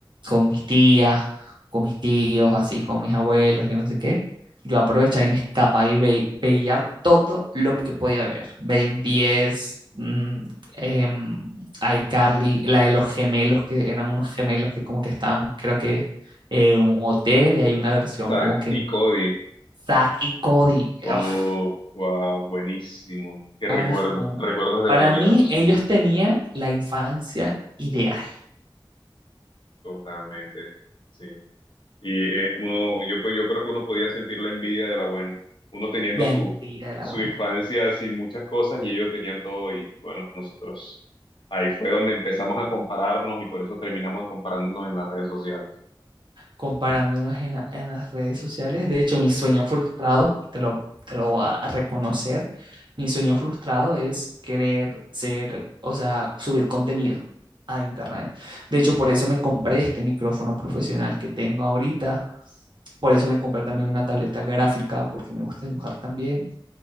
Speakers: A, on the right (about 60°); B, on the left (about 65°).
A: con mis tías, con mis tíos, así, con mis abuelos, yo no sé qué, yo aprovechaba y me escapaba y ve- veía todo lo que podía ver. Ben 10, mm, em, iCarly, la de los gemelos, que eran unos gemelos que como que estaban, creo que, eh, en un hotel y hay una versión
B: Zack
A: como que
B: y Cody.
A: Zack y Cody.
B: Oh,
A: Uf,
B: wow, buenísimo. Qué
A: ajá.
B: recuerdo. Recuerdos desbloqueados.
A: Para mí, ellos tenían la infancia ideal.
B: Totalmente. Sí. Y eh, uno, yo, pues, yo creo que uno podía sentir la envidia de la buena. Uno teniendo
A: La
B: su,
A: envidia de la
B: su
A: buena.
B: infancia sin muchas cosas y ellos tenían todo y bueno, nosotros. Ahí fue donde empezamos a compararnos y por eso terminamos comparándonos en las redes sociales.
A: Comparándonos en, la- en las redes sociales. De hecho, mi sueño frustrado, y te lo, te lo voy a reconocer, mi sueño frustrado es querer ser, o sea, subir contenido a internet. De hecho, por eso me compré este micrófono profesional que tengo ahorita. Por eso me compré también una tableta gráfica, porque me gusta dibujar también.